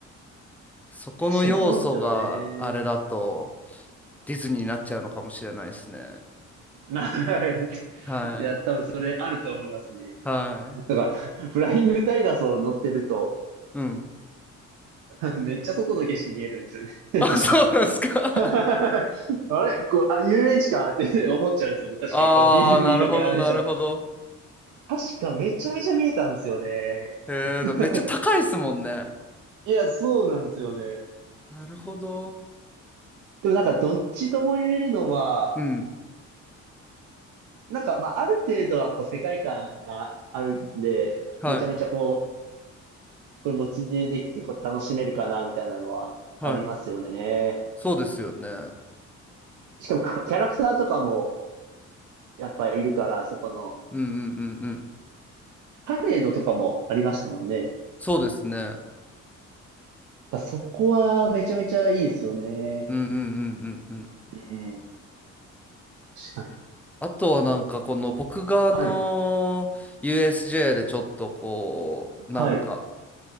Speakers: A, in the centre; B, on the right.
A: そこの要素があれだと
B: 確かにそうですよね。
A: ディズニーになっちゃうのかもしれないですね。
B: はい。<laughs>
A: はい。
B: いや、多分それあると思いますね。
A: はい。
B: だから、フライングタイガースを乗ってると、
A: うん。
B: <laughs> めっちゃ外の景色見えるんですよね。
A: <laughs> あ、
B: <laughs> 確か。
A: そうなんですか。
B: <laughs> あれこう、あ、遊園地かって思っちゃうんですよね。
A: <laughs>
B: 確かにこうディズニーと比べちゃう。
A: ああ、なるほど、なるほど。
B: 確かめちゃめちゃ見えたんですよね。
A: えー、
B: <laughs>
A: めっちゃ高いですもんね。
B: いや、そうなんですよね。
A: なるほど。
B: でもなんかどっちとも言えるのは、
A: うん。
B: なんか、まあ、ある程度は、こう、世界観があるんで、
A: はい。
B: めちゃめちゃ、こう、これ、ぼっちでできて、こう、楽しめるかな、みたいなのはありますよね。
A: はい。そうですよね。
B: しかも、かキャラクターとかも、やっぱりいるから、そこの、
A: うんうんうんうん。
B: パレードとかもありましたもんね。やっ
A: そうですね。
B: ぱそこは、めちゃめちゃいいですよね。
A: うんうんうんうんうん。
B: うん。確かに。
A: あとはなんかこの僕があの
B: はい。
A: USJ でちょっとこうなんか
B: はい。